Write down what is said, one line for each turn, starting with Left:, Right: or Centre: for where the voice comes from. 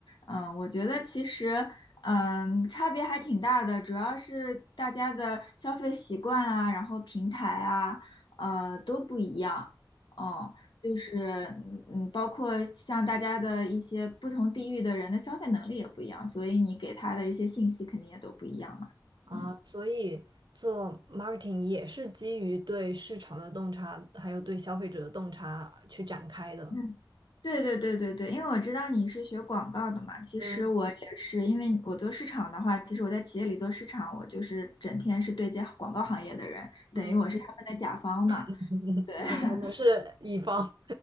Left: 嗯，我觉得其实。嗯，差别还挺大的，主要是大家的消费习惯啊，然后平台啊，呃，都不一样。哦，就是嗯，嗯包括像大家的一些不同地域的人的消费能力也不一样，所以你给他的一些信息肯定也都不一样嘛。
Right: 啊，
Left: 嗯
Right: 所以做 marketing 也是基于对市场的洞察，还有对消费者的洞察去展开的。
Left: 嗯，对对对对对，因为我知道你是学广告的嘛，其实我也是，
Right: 嗯，
Left: 因为我做市场的话，其实我在企业里做市场，我就是整天是对接广告行业的人，
Right: 嗯，
Left: 等于我是他们的甲方嘛。
Right: <laughs>
Left: 对，
Right: 对，
Left: <laughs>
Right: 我们是乙方。